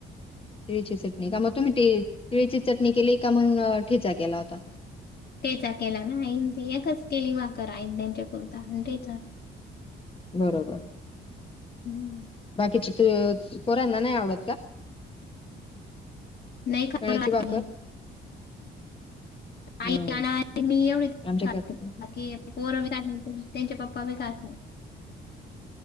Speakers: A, on the left; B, on the left.
A: तिळीची चटणी का, मग तुम्ही तिळीची चटणी केली का मग ठेचा केला होता?
B: ठेचा केला ना आईनी ते एकच केली भाकर आईन त्यांच्या पुरता आणि ठेचा.
A: बरोबर
B: हम्म
A: बाकी चि पोरांना नाही आवडत का?
B: नाही
A: कळ्याची भाकर
B: <unintelligible> <unintelligible>
A: हम्म आमच्या करतात
B: बाकी पोर बी खात नाही त्यांचे पप्पा बी खात नाही